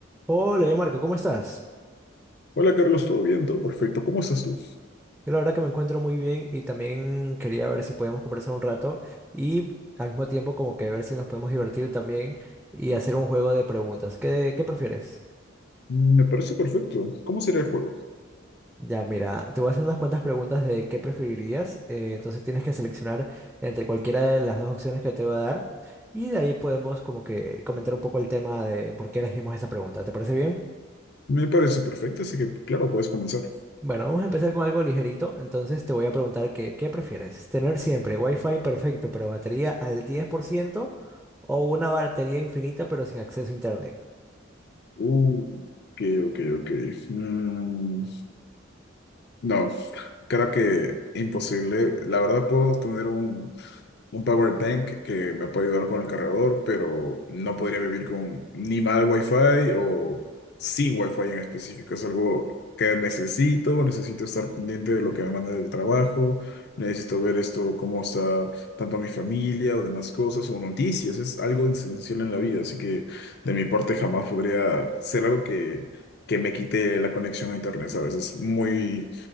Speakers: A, in the centre; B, on the left.
A: Hola, ya Marco, ¿cómo estás?
B: Hola Carlos, ¿todo bien? Todo perfecto. ¿Cómo estás tú?
A: Yo la verdad que me encuentro muy bien y también quería ver si podíamos conversar un rato y al mismo tiempo como que ver si nos podemos divertir también y hacer un juego de preguntas. ¿Qué, qué prefieres?
B: Me parece perfecto. ¿Cómo sería el juego?
A: Ya, mira, te voy a hacer unas cuantas preguntas de qué preferirías. eh, entonces tienes que seleccionar entre cualquiera de las dos opciones que te voy a dar y de ahí podemos como que comentar un poco el tema de por qué elegimos esa pregunta. ¿Te parece bien?
B: Me parece perfecto, así que claro, puedes comenzar.
A: Bueno, vamos a empezar con algo ligerito. Entonces te voy a preguntar que, ¿qué prefieres? ¿Tener siempre Wi-Fi perfecto pero batería al 10%, o una batería infinita pero sin acceso a internet?
B: Uh, ok, ok, ok. Mm, no, creo que imposible. La verdad puedo tener un, un power bank que me puede ayudar con el cargador, pero no podría vivir con ni mal wifi o sin wifi en específico. Es algo que necesito, necesito estar pendiente de lo que me manda del trabajo, necesito ver esto, cómo está tanto mi familia o demás cosas o noticias. Es algo esencial en la vida, así que de mi parte jamás podría ser algo que, que me quite la conexión a internet, ¿sabes? Es muy,